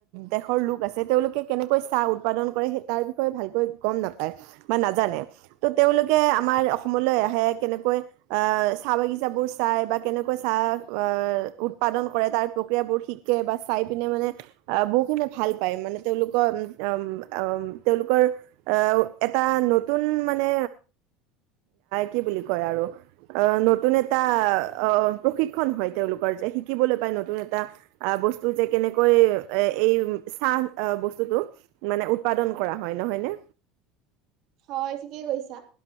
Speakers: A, on the right; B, on the right.
A: দেশৰ লোক আছে তেওঁলোকে কেনেকৈ চাহ উৎপাদন কৰে তাৰ বিষয়ে ভালকৈ গম নাপায় বা নাজানে ত' তেওঁলোকে আমাৰ অসমলৈ আহে কেনেকৈ আ চাহ বাগিচাবোৰ চাই বা কেনেকৈ চাহ অঁ উৎপাদন কৰে তাৰ প্ৰক্ৰিয়াবোৰ শিকে বা চাই পিনে মানে আ বহুখিনি ভাল পায় মানে তেওঁলোকৰ তেওঁলোকৰ আ উম আ উম তেওঁলোকৰ আ এটা নতুন মানে কি বুলি কয় আৰু অ নতুন এটা অ প্ৰশিক হয় তেওঁলোকৰ যে শিকিবলৈ পাই নতুন এটা। আ বস্তু যে কেনেকৈ এই চাহ বস্তুটো মানে উৎপাদন কৰা হয় নহয়নে
B: হয় ঠিকেই কৈছা